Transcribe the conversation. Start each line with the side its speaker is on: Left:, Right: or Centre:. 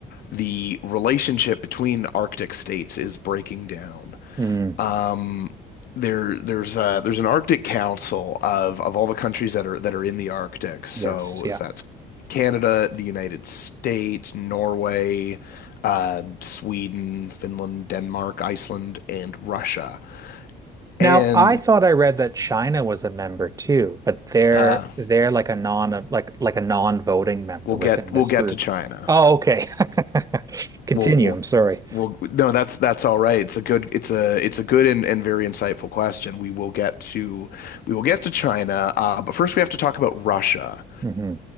Left: The relationship between Arctic states is breaking down.
Right: Mm,
Left: Um there there's uh there's an Arctic Council of of all the countries that are that are in the Arctic. So
Right: yes, yeah.
Left: so that's Canada, the United States, Norway, uh Sweden, Finland, Denmark, Iceland, and Russia.
Right: Now,
Left: And
Right: I thought I read that China was a member too, but they're
Left: uh
Right: they're like a non like like a non-voting member
Left: we'll
Right: within
Left: get
Right: this
Left: we'll get
Right: group.
Left: to China.
Right: Oh, okay. <laughs> Continue.
Left: Well, well,
Right: I'm sorry.
Left: well. No, that's that's all right. It's a good. It's a it's a good and, and very insightful question. We will get to we will get to China, uh, but first we have to talk about Russia
Right: hmm